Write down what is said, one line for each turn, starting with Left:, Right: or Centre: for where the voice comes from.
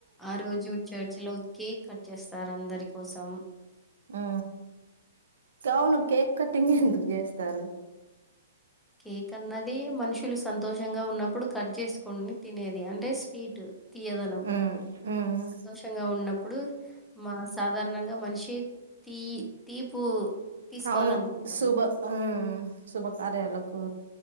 Centre: ఆ రోజు చర్చి లో కేక్ కట్ చేస్ తారు అందరి కోసం
Right: ఉ కావును కేక్ కట్టింగ్ ఎందుకు చేస్తారు
Centre: కేక్ అన్నది మనుషులు సంతోష్ గా ఉన్నప్పుడు కట్ చేసుకొని తినేది అంటే స్వీట్ తియ్యదనం
Right: హ్మ్. హ్మ్.
Centre: సంతోషంగా ఉన్నప్పుడు మా సాధారణంగా మనిషి తీ తీపు తీసుకోవాలనుకుంటాడు.
Right: అవును శుభ ఆ శుభ కార్యాలకు
Centre: సో,